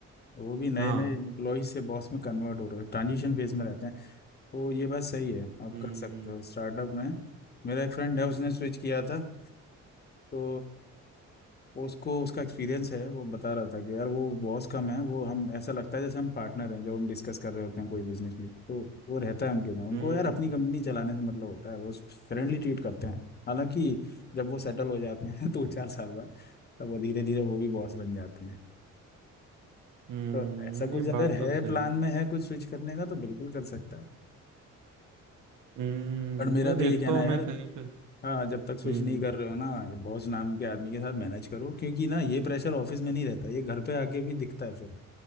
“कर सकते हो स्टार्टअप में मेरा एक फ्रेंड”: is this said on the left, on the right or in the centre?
Left